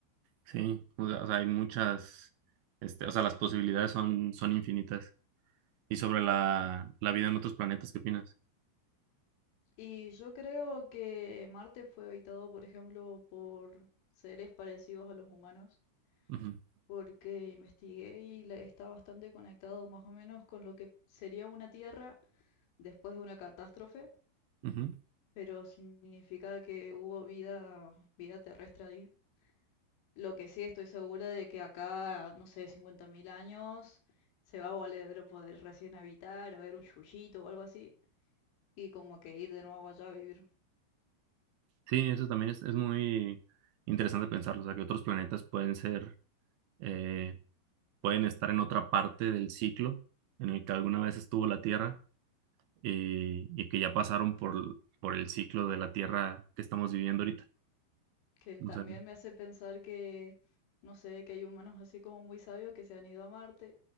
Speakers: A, on the right; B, on the left.
A: Sí, o sea, o sea, hay muchas, este, o sea, las posibilidades son, son infinitas. Y sobre la, la vida en otros planetas, ¿qué opinas?
B: Y yo creo que Marte fue habitado, por ejemplo, por seres parecidos a los humanos,
A: Ujú,
B: porque investigué y la- está bastante conectado más o menos con lo que sería una Tierra después de una catástrofe,
A: ujú.
B: pero significa que hubo vida, vida terrestre ahí. Lo que sí estoy segura de que acá, no sé, 50.000 años se va a volver a poder recién habitar, a ver un yuyito o algo así, y como que ir de nuevo allá a vivir.
A: Sí, eso también es, es muy interesante pensarlo, o sea, que otros planetas pueden ser, eh, pueden estar en otra parte del ciclo en el que alguna vez estuvo la Tierra y, y que ya pasaron por, por el ciclo de la Tierra que estamos viviendo ahorita.
B: que él
A: O
B: también
A: sea,
B: me hace pensar que, no sé, que hay humanos así como muy sabios que se han ido a Marte,